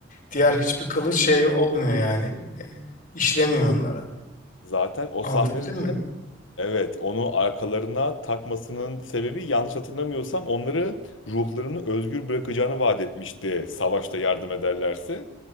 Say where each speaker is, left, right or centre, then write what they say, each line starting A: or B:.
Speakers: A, on the left; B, on the left.
A: diğer hiçbir kılıç şey olmuyor yani. E, işlemiyor onlara.
B: zaten o
A: Anlatabildim
B: sahnede
A: mi?
B: evet onu arkalarına takmasının sebebi yanlış hatırlamıyorsam onları ruhlarını özgür bırakacağını vaat etmişti savaşta yardım ederlerse.